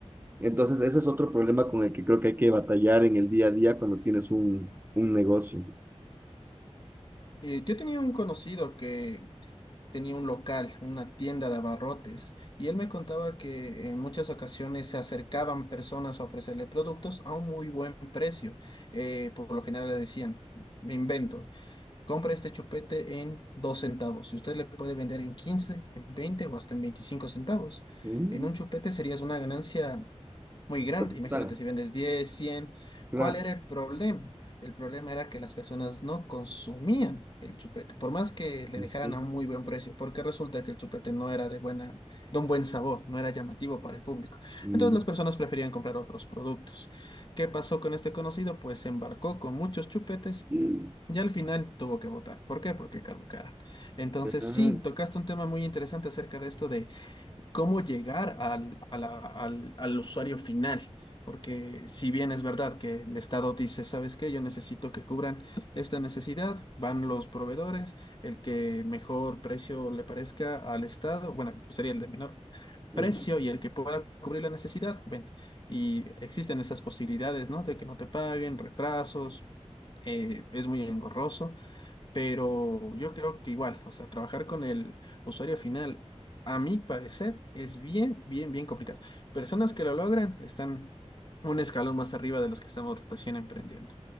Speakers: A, on the right; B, on the left.
A: Entonces ese es otro problema con el que creo que hay que batallar en el día a día cuando tienes un, un negocio.
B: Eh, yo tenía un conocido que tenía un local, una tienda de abarrotes, y él me contaba que en muchas ocasiones se acercaban personas a ofrecerle productos a un muy buen precio. Eh, por lo general le decían, me invento, compra este chupete en dos centavos. Y usted le puede vender en 15 en 20 o hasta en 25 centavos.
A: Mm,
B: En un chupete serías una ganancia muy grande. Imagínate
A: Total,
B: si vendes 10 cien
A: claro.
B: ¿Cuál era el problema? El problema era que las personas no consumían el chupete, por más que le
A: Ujú.
B: dejaran a un muy buen precio, porque resulta que el chupete no era de buena, de un buen sabor, no era llamativo para el público.
A: Mm.
B: Entonces las personas preferían comprar otros productos. ¿Qué pasó con este conocido? Pues se embarcó con muchos chupetes.
A: Mm,
B: Y al final tuvo que votar. ¿Por qué? Porque caducaron. Entonces,
A: claro.
B: sí, tocaste un tema muy interesante acerca de esto de cómo llegar al, a la- al, al usuario final. Porque si bien es verdad que el Estado dice, ¿sabes qué? Yo necesito que cubran esta necesidad, van los proveedores, el que mejor precio le parezca al Estado, bueno, sería el de menor
A: Ujú.
B: precio y el que pueda cubrir la necesidad, vente. Y existen esas posibilidades, ¿no? De que no te paguen, retrasos, eh, es muy engorroso. Pero yo creo que igual, o sea, trabajar con el usuario final, a mi parecer, es bien, bien, bien complicado. Personas que lo logran están un escalón más arriba de los que estamos recién emprendiendo.